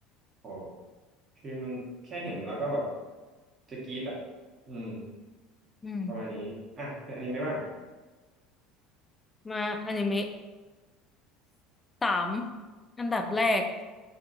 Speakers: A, on the right; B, on the left.
A: โอ้คือมันแค่เห็นแล้วก็แบบจะกรี๊ดอ่ะอืม
B: อืม
A: ประมาณนี้ อ่ะเป็นอนิเมะบ้าง
B: มาอนิเมะสามอันดับแรก